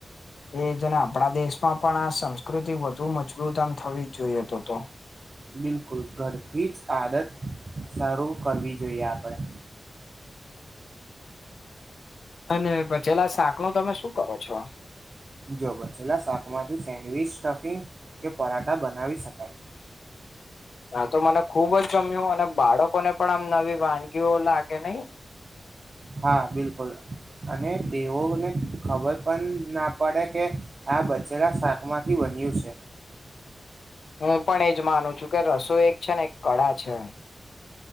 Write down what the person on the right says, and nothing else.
બિલકુલ ઘરથી જ આદત સારરૂ કરવી જોઈએ આપણેે
જો બછેલા શાકમાંથી સેન્ડવિચ સ્ટફિંગ કે પરાઠા બનાવી શકાય
હા બિલકુલ અને તેઓને ખબર પણ ના પડે કે આ બચેલા શાક માં બન્યું છે